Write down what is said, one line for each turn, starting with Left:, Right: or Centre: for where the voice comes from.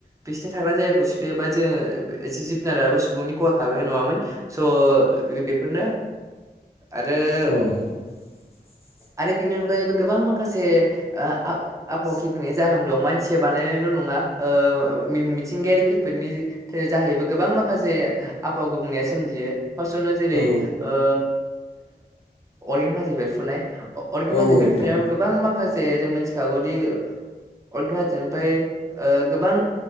Right: बिसोरनि थाग्रा जायगाखौ सिफायोबा जोङो ओ जि-जिब जुनाराबो सुबुंनि खहा खालामनाय नङामोन स' बेफोरनो आरो
Left: औ <inaudible>
Right: आरो बेनि अनगायैबो गोबां माखासे आ-आबहावा गेब्रेंनायनि जाहोन दं मानसिया बानायनायल' नङा ओ मि-मिथिंगायारि खैफोदनि जाहैबो गोबां माखासे आबहावा गुबुंनाया सोमजियो फार्स्टआवनो जेरै
Left: औ
Right: ओ <unintelligible> अरगें हाजो बेरफ्रुनाय अ-अरगें
Left: औ
Right: हाजो
Left: नोंथां
Right: बेरफ्रुनायाव गोबां माखासे जों मिथिखागौ दि अरगें हाजोनिफ्राय ओ गोबां